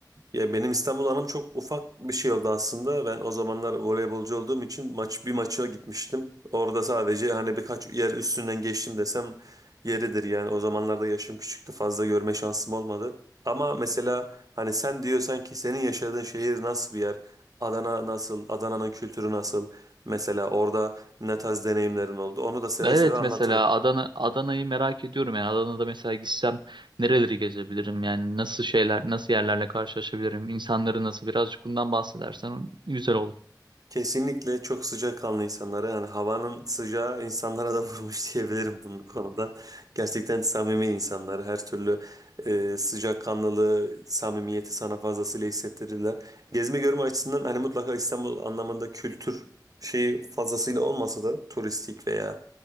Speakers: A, on the right; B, on the right.
A: Ya benim İstanbul anım çok ufak bir şey oldu aslında. Ben o zamanlar voleybolcu olduğum için maç bir maça gitmiştim. Orada sadece hani birkaç yer üstünden geçtim desem yeridir yani. O zamanlarda yaşım küçüktü. Fazla görme şansım olmadı. Ama mesela hani sen diyorsan ki senin yaşadığın şehir nasıl bir yer? Adana nasıl? Adana'nın kültürü nasıl? Mesela orada ne tarz deneyimlerin oldu? Onu da seve
B: Evet
A: seve anlatırım.
B: mesela Adana Adana'yı merak ediyorum yani Adana'da mesela gitsem nereleri gezebilirim yani nasıl şeyler nasıl yerlerle karşılaşabilirim insanları nasıl birazcık bundan bahsedersen güzel olur.
A: Kesinlikle çok sıcakkanlı insanlara yani havanın sıcağı insanlara da vurmuş <laughs> diyebilirim bu konuda. Gerçekten samimi insanlar her türlü e, sıcakkanlılığı, samimiyeti sana fazlasıyla hissettirirler. Gezme görme açısından hani mutlaka İstanbul anlamında kültür şeyi fazlasıyla olmasa da turistik veya